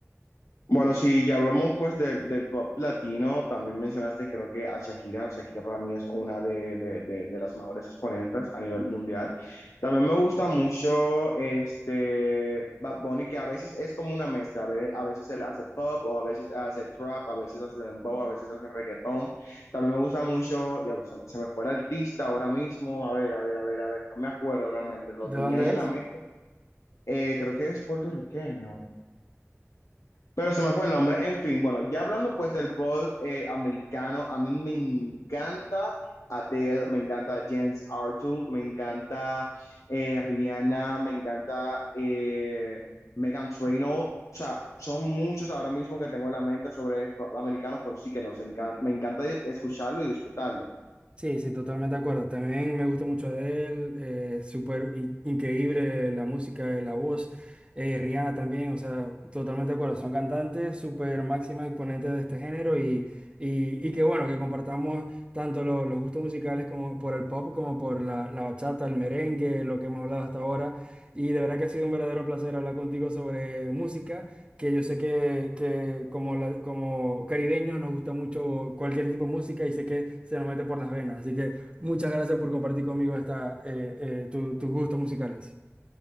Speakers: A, on the left; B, on the right.
A: Bueno, si ya hablamos pues del, del pop latino, también mencionaste creo que a Shakira, Shakira para mí es una de, de, de- de las mejores exponentes a nivel mundial. También me gusta mucho este Bad Bunny, que a veces es como una mezcla, a ve- a veces él hace pop o a veces hace trap, a veces hace dembow, a veces hace reggaetón. También me gusta mucho, diablo, se, me- se me fue el artista ahora mismo, a ver, a ver, a ver, a ver, no me acuerdo realmente, lo
B: ¿De
A: tenía
B: dónde
A: ahí en
B: es?
A: la mente. Eh, creo que es puertorriqueño. Pero se me fue el nombre. En fin, bueno, ya hablando pues del pop eh, americano, a mí me encanta Adele, me encanta James Arthur, me encanta eh, Rihanna, me encanta eh, Megan Trainor. O sea, son muchos ahora mismo que tengo en la mente sobre pop americanos, pero sí que los encan- me encanta escucharlo y disfrutarlo.
B: Sí, sí, totalmente de acuerdo. También me gusta mucho Adele, eh, súper in- increíble la música, la voz. Eh, Rihanna también, o sea, totalmente de acuerdo. Son cantantes súper máximas exponentes de este género y, y, y que bueno, que compartamos tanto lo- los gustos musicales como por el pop, como por la, la bachata, el merengue, lo que hemos hablado hasta ahora. Y de verdad que ha sido un verdadero placer hablar contigo sobre música. que yo sé que, que como, la- como caribeños nos gusta mucho cualquier tipo de música y sé que se nos mete por las venas. Así que muchas gracias por compartir conmigo esta, eh, eh, tu- tus gustos musicales.